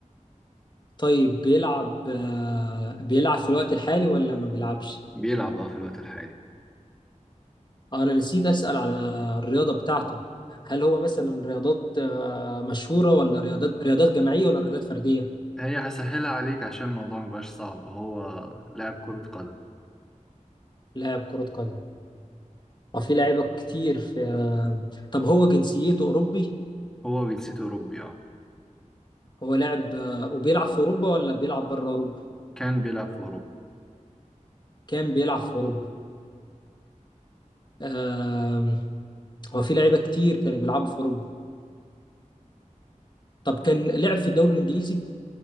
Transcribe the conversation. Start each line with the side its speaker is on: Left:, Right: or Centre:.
Left: طيب بيلعب آه، بيلعب في الوقت الحالي ولا ما بيلعبش؟
Centre: بيلعب اه في الوقت الحالي
Left: آه، انا نسيت اسال على الرياضه بتاعته هل هو مثلا رياضات آه، مشهوره ولا رياضات رياضات جماعيه ولا رياضات فرديه
Centre: هي هسهلها عليك عشان الموضوع مبقاش صعب هو لاعب كرة قدم
Left: لاعب كره قدم وفي لعيبه كتير في آه، طب هو جنسيته اوروبي
Centre: هو جنسيته أوروبي اه
Left: هو لاعب آه، وبيلعب في اوروبا ولا بيلعب بره اوروبا
Centre: كان بيلعب في أوروبا
Left: كان بيلعب في اوروبا آه، هو في لعيبه كتير كانوا بيلعبوا في اوروبا طب كان لعب في الدوري الانجليزي